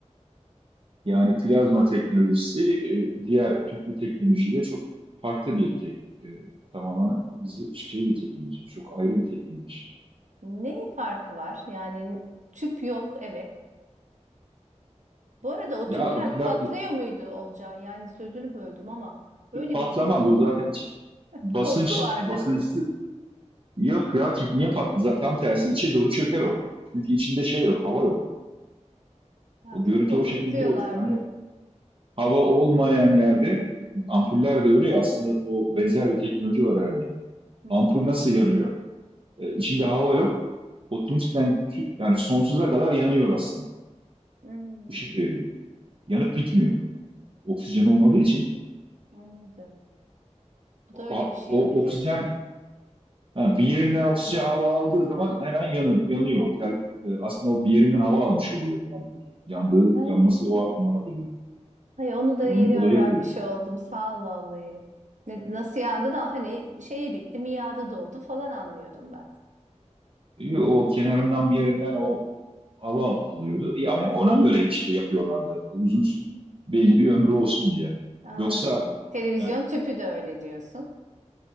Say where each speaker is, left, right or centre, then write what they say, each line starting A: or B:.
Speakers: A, on the right; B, on the right.
A: Yani plazma teknolojisi e, diğer tüplü teknolojiyle çok farklı bir tek e, tamamen z- şey bir teknoloji. Çok ayrı bir teknoloji.
B: Ne farkı var? Yani tüp yok, evet. Bu arada o
A: Ya
B: tüpler
A: pla-
B: patlıyor muydu Olcay? Yani sözünü böldüm ama öyle
A: e, patlamaz
B: bir korkum
A: o zaten içi-
B: <laughs>
A: basınç
B: korku vardı.
A: basıncı yok ya çünkü niye patladı? Zaten tam tersi içe doğru çöker o. Çünkü içinde şey yok, hava yok.
B: Ya
A: O
B: bizi
A: görüntü
B: korkutuyorlardı.
A: o şekilde oluşuyor. Hani hava olmayan yerde ampuller de öyle ya aslında o benzer bir teknoloji var herhalde.
B: Hmm,
A: Ampul nasıl yanıyor? E, içinde hava yok. O tungsten yani sonsuza kadar yanıyor aslında.
B: hmm,
A: Işık veriyor. Yanıp bitmiyor. Oksijen olmadığı için
B: anladım. Bu
A: o,
B: da öyle bir şeydi
A: o oksijen
B: diyorsun.
A: ha, bir yerinden oksijen hava aldığı zaman hemen yanı, yanıyor. o Tel, e, aslında o bir yerinden hava almış oluyordu o ampul. Yandığı,
B: Ha,
A: yanması o anlama geliyordu.
B: Ay onu da
A: Onun
B: yeni
A: olayı
B: öğrenmiş
A: oydu.
B: oldum. Sağ ol vallahi. Ne, nasıl yağdı da hani şeyi bitti, miadı doldu falan anlıyordum ben.
A: E, o kenarından bir yerinden o hava alıyordu. E, ama ona
B: Hı hı.
A: göre işte yapıyorlardı. Uzun belli bir ömrü olsun diye.
B: Anladım.
A: Yoksa
B: Televizyon
A: e,
B: tüpü de öyle diyorsun.